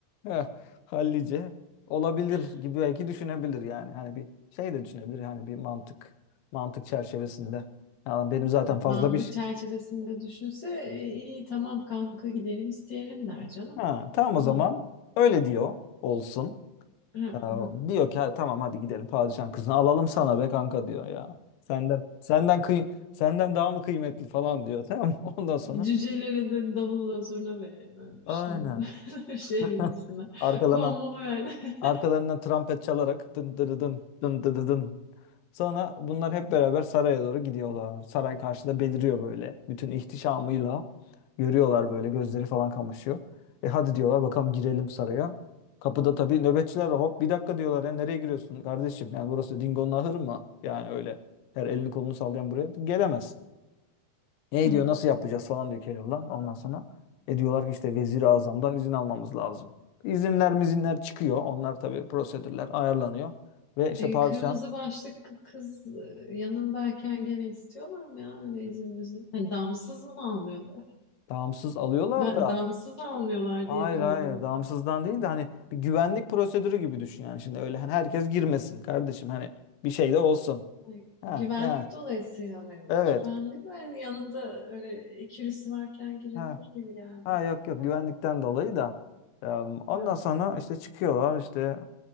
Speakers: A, on the left; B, on the left.
A: Heh, hallice olabilir
B: <laughs>
A: gibi belki düşünebilir yani. Hani bir şey de düşünebilir hani bir mantık mantık çerçevesinde. Yani benim zaten fazla
B: Mantık
A: bir şey.
B: çerçevesinde düşünse "E, iyi tamam kanka gidelim isteyelim der canım.
A: Ha, tamam
B: Ama
A: o zaman
B: <laughs>
A: öyle diyor olsun.
B: hı,
A: Ya
B: hı.
A: Diyor ki "Ha, tamam hadi gidelim padişahın kızını alalım sana be kanka diyor ya. Senden senden kıy senden daha mı kıymetli falan diyor tamam mı? <laughs> Ondan sonra
B: cücelere de davulla zurna verelim öyle bir
A: aynen.
B: şey. <laughs> Öyle bir şeyle gitsinler.
A: <laughs> Arkalarına
B: Konvoy yani. <laughs>
A: Arkalarından trompet çalarak dın dın dın dın dın dın. dın. Sonra bunlar hep beraber saraya doğru gidiyorlar. Saray karşıda beliriyor böyle. Bütün ihtişamıyla görüyorlar böyle gözleri falan kamaşıyor. E hadi diyorlar bakalım girelim saraya. Kapıda tabii nöbetçiler var. Hop bir dakika diyorlar ya nereye giriyorsun kardeşim? Yani burası Dingo'nun ahırı mı? Yani öyle her elini kolunu sallayan buraya gelemez. E
B: Hı.
A: diyor nasıl yapacağız falan diyor Keloğlan. Ondan sonra e diyorlar ki işte Vezir-i Azam'dan izin almamız lazım. İzinler mizinler çıkıyor. Onlar tabii prosedürler ayarlanıyor. Ve işte
B: E,
A: padişah
B: kırmızı başlıklı kız e, yanındayken gene istiyorlar mı ya öyle izin müzin? Hani damsız mı almıyorlar?
A: damsız alıyorlar
B: Ben
A: da
B: damsız almıyorlar
A: hayır
B: diye biliyordum.
A: hayır damsızdan değil de hani bir güvenlik prosedürü gibi düşün yani. Şimdi öyle hani herkes girmesin kardeşim hani bir şey de olsun.
B: Ay,
A: Ha
B: Güvenlik
A: yani
B: dolayısıyla mıymış?
A: evet.
B: Ben de ben yanında öyle ikilisi varken girebilir
A: Ha.
B: gibi geldi.
A: Ha yok yok
B: Tamam.
A: güvenlikten dolayı da Eee, ondan
B: Ha.
A: sonra işte çıkıyorlar işte